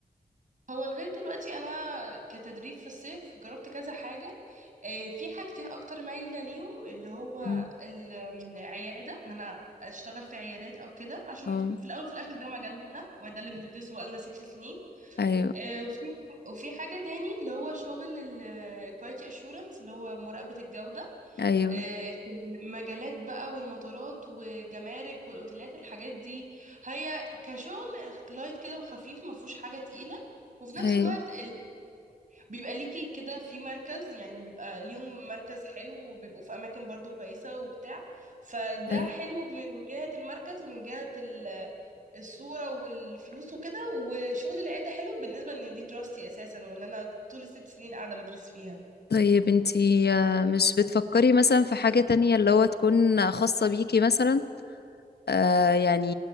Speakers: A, on the right; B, on the left.
A: هو لغايه دلوقتي انا كتدريب في الصيف جربت كذا حاجه آه، في حاجتين اكتر مايله ليهم اللي هو
B: مم.
A: العياده ان انا اشتغل في عيادات او كده عشان
B: اه
A: في الاول وفي الاخر ده مجالنا وده اللي بندرسه بقالنا ست سنين
B: ايوه
A: آه، وفي وفي حاجه تاني اللي هو شغل الكواليتي اشورنس اللي هو مراقبه الجوده
B: ايوه
A: آه، في المجالات بقى والمطارات والجمارك والاوتيلات الحاجات دي هي كشغل لايت كده وخفيف ما فيهوش حاجه تقيله وفي نفس
B: ايوه
A: الوقت بيبقى ليكي كده في مركز يعني بيبقى ليهم مركز حلو وبيبقوا في اماكن برضو كويسة وبتاع فده
B: ايوه
A: حلو من جهة المركز ومن جهة ال- الصورة والفلوس وكده وشغل العيادة حلو بالنسبة ان دي دراستي اساسا وان انا طول الست سنين قاعدة بدرس فيها
B: طيب انتي آه، مش بتفكري مثلا في حاجة تانية اللي هو تكون خاصة بيكي مثلا آه يعني